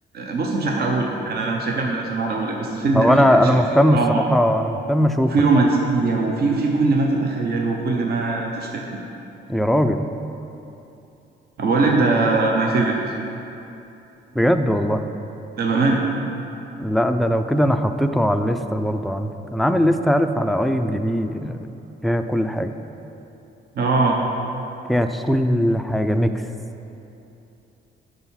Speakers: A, on the right; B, in the centre.
A: بص مش هحرقهولك انا انا مش هكمل عشان ما احرقهولك بس الفيلم
B: هو
A: لا فيه
B: انا
A: اكشن
B: انا مهتم
A: وفيه دراما
B: الصراحة انا مهتم اشوفه
A: وفيه
B: الحقيقة
A: رومانسيه وفيه في كل ما تتخيله وكل ما تشتهي
B: يا راجل
A: بقول لك ده ماي فيفورت
B: بجد والله
A: ده بامان
B: لا ده لو كده انا حطيته على الليستة برضه عندي انا عامل لستة عارف على اي ام دي بي فيها كل حاجة
A: اه
B: فيها كل حاجة ميكس